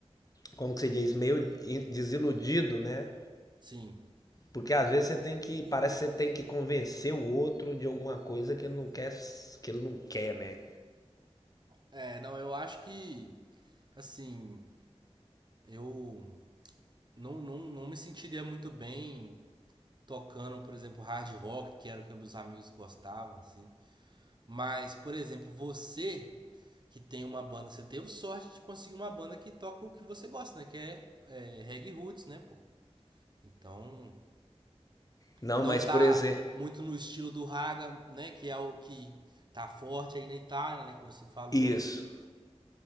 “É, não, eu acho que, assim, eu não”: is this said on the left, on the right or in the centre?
Right